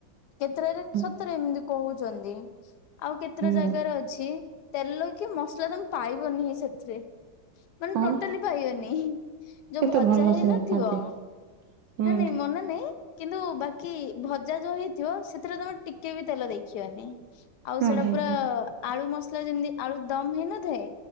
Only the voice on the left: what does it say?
କେତେଟାରେ
ସତରେ ଏମିତି କହୁଛନ୍ତି। ଆଉ କେତେଟା ଜାଗାରେ
ଅଛି ତେଲକି ମସଲା ତମେ ପାଇବନି ସେଥିରେ ମାନେ
ଟୋଟାଲି ପାଇବନି। ଯୋଉ
ଭଜା
ହେଇ
ନଥିବ
ନା ନାଇଁ ମନା ନାଇଁ କିନ୍ତୁ ବାକି ଭଜା ଯୋଉ ହେଇଥିବ, ସେଥିରେ ତମେ ଟିକେ ବି ତେଲ ଦେଖିବନି। ଆଉ
ସେଇଟା
ପୁରା
ଆଳୁ ମସଲା ଯେମିତି ଆଳୁ ଦମ ହେଇନଥାଏ।